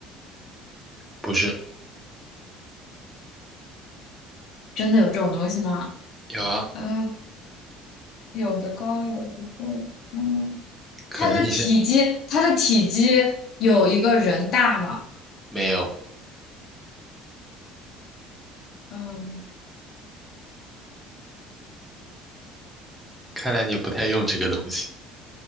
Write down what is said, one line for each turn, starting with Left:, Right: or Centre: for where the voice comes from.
Centre: 不是，
Left: 真的有这种东西吗？
Centre: 有啊，
Left: 呃，有的高，有的贵。嗯，
Centre: 可能你现
Left: 它的体积，它的体积有一个人大吗？
Centre: 没有，
Left: 嗯，
Centre: 看来你不太用这个东西。